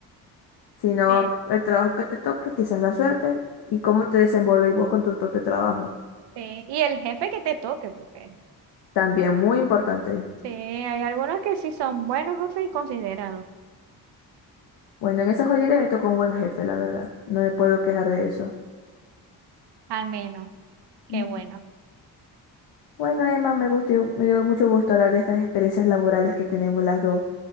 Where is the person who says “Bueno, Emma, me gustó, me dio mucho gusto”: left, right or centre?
Left